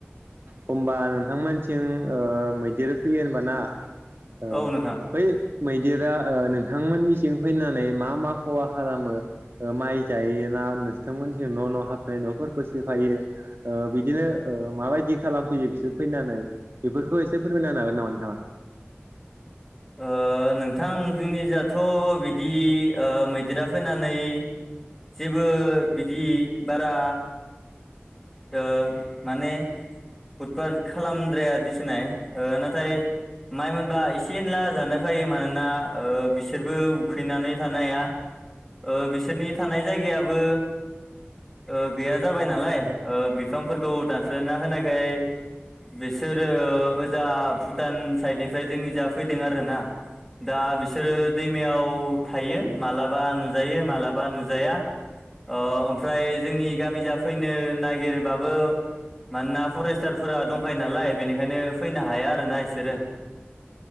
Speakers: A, on the right; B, in the centre.
A: होमबा नोंथांमोनथिं ओ मैदेर फैयो होनबाना ओ‌
B: औ नोंथां
A: बै? मैदेरा ओ नोंथांमोननिसिं फैनानै मा मा खहा खालामो? ओ माइ जायोना नोंथांमोनथिं न' न' हाबनाय न'फोरखौ सेफायो। ओ बिदिनो ओ माबायदि खालामफैयो बिसोर फैनानै बेफोरखौ एसे फोरमायना होनो हागोन नामा नोंथाङा?
B: ओ नोंथां जोंनिजाथ' बिदि ओ मैदेरा फैनानै जेबो बिदि बारा ओ‌ माने उदबात खालामद्राया दिसननाय ओ नाथाय माइ मोनबा एसे एनला जानो फैयो मानोना ओ बिसोरबो उखैनानै थानो हाया। ओ बिसोरनि थानाय जायगायाबो ओ गैया जाबाय नालाय। ओ बिफांफोरखौ दानस्लायना होनायखाय बिसोरो ओजा भुटान साइडनिफ्राय जोंनि जा फैदों आरोना। दा बिसोरो दैमायाव थायो मालाबा नुजायो माब्लाबा नुजाया ओओमफ्राय जोंनि गामि जा फैनो नागिरबाबो मानोना फरेस्टारफोरा दंखायो नालाय बेनिखायनो फैनो हाया आरोना बिसोरो।